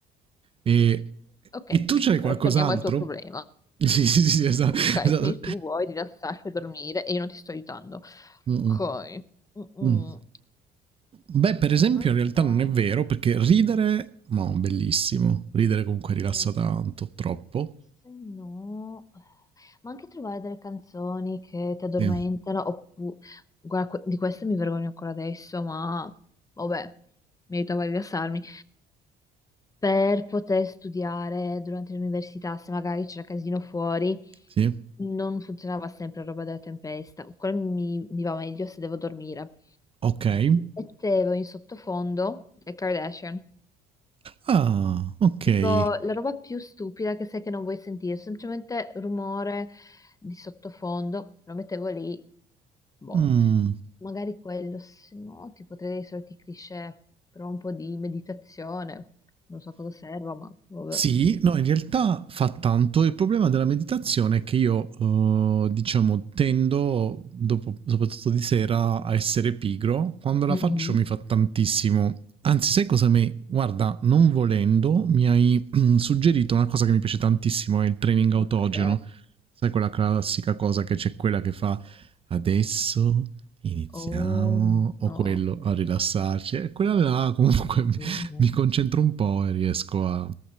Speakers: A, on the right; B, on the left.
A: E,
B: Ok,
A: e tu c'hai qualcos'altro?
B: però torniamo al tuo problema.
A: <laughs> Sì, sì, sì, sì, esatto.
B: Ok,
A: esatto.
B: quindi tu vuoi rilassarti e dormire e io non ti sto aiutando.
A: Mm,
B: Ok.
A: mm,
B: Mm-mm.
A: mm. Beh, per esempio,
B: Non
A: in realtà
B: so.
A: non è vero, perché ridere, no, bellissimo. Ridere comunque rilassa
B: Dice,
A: tanto, troppo.
B: Se no... Ma anche trovare delle canzoni che ti addormentano,
A: Sì,
B: oppure... Guarda, que- di queste mi vergogno ancora adesso, ma vabbè, mi aiutava a rilassarmi. per poter studiare durante l'università, se magari c'era casino fuori,
A: sì.
B: non funzionava sempre la roba della tempesta. Quello mi, mi va meglio se devo dormire.
A: Okay.
B: Mettevo in sottofondo le Kardashian.
A: Ah, okay.
B: Tipo la roba più stupida che sai che non vuoi sentire, semplicemente rumore di sottofondo, lo mettevo lì, boh.
A: Mh.
B: Magari quello, se no, tipo tra i soliti cliché, però un po' di meditazione, non so cosa serva, ma vabbè.
A: Sì, no, in realtà fa tanto. Il problema della meditazione è che io, eh, diciamo, tendo, dopo- soprattutto di sera, a essere pigro. Quando la
B: Mhm.
A: faccio mi fa tantissimo. Anzi, sai cosa mi... Guarda, non volendo, mi hai <clears throat> suggerito una cosa che mi piace tantissimo, è il training autogeno.
B: Ok.
A: Sai quella classica cosa che c'è quella che fa adesso iniziamo
B: Oh
A: o
B: no.
A: quello a rilassarci. E quella là comunque <laughs> mi
B: Mm.
A: mi concentro un po' e riesco a